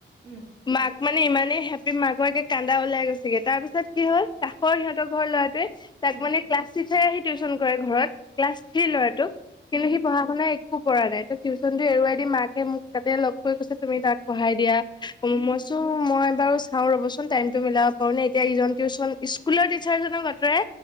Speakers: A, on the right; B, on the left.
A: উম
B: মাক মানে ইমান <unintelligible> পি মাককে কান্দা লাই গৈছেগে তাৰ পিছত কি হ'ল কা হয়ৰ সিহঁতৰ ঘৰ ল'ৰাটোৱে তাক
A: উম
B: মানে ক্লাছ টিচাৰে আহি টিউশচন কৰে ঘৰত ক্লাছ থ্ৰ্ৰী ল'ৰাটো কিন্তু
A: উম
B: সি পঢ়া শুনা একো কৰা নাই ত টিউশচন টো এৰুৱাই দি মাকে মোক তাতে লগ কৈ কৈছে তুমি তাত পঢ়াই দিয়া।
A: উম
B: মইছো মই বাৰু চাও ৰ'বচোন টাইমতটো মিলাব কৰ নে এতিয়া ইজন টিউচন স্কুলৰ টিচাৰজনক আঁতৰাই